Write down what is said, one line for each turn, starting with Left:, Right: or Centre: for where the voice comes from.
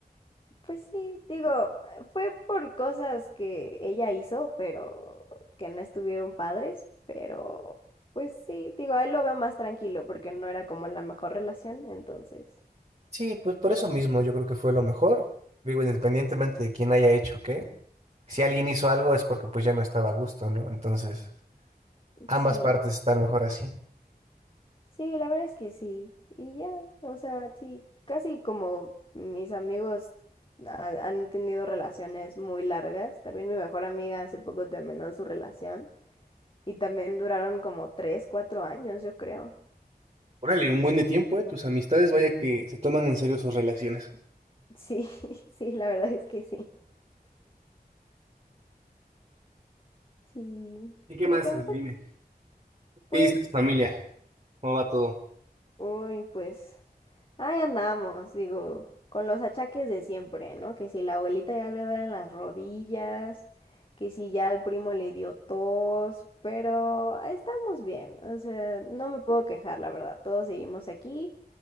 Left: pues sí, digo, fue por cosas que ella hizo, pero que no estuvieron padres, pero pues sí, digo, a él lo veo más tranquilo porque no era como la mejor relación, entonces,
Right: Sí, pues por eso mismo yo creo que fue lo mejor. Digo, independientemente de quién haya hecho qué, si alguien hizo algo es porque pues ya no estaba a gusto, ¿no? Entonces, ambas
Left: sí,
Right: partes están mejor así.
Left: sí, la verdad es que sí, y ya, o sea, sí, casi como mis amigos ha- han tenido relaciones muy largas, también mi mejor amiga hace poco terminó su relación y también duraron como tres, cuatro años, yo creo.
Right: Órale, un buen de tiempo, ¿eh? Tus amistades, vaya que se toman en serio sus relaciones.
Left: Sí, <laughs> sí, la verdad es que sí. Sí,
Right: ¿Y qué
Left: sí,
Right: más,
Left: tengo
Right: Abdi? Dime.
Left: pues,
Right: ¿Qué dice tu familia? ¿Cómo va todo?
Left: uy, pues, ahí andamos, digo, con los achaques de siempre, ¿no? Que si la abuelita ya le duelen las rodillas, que si ya al primo le dio tos, pero estamos bien, o sea, no me puedo quejar, la verdad, todos seguimos aquí.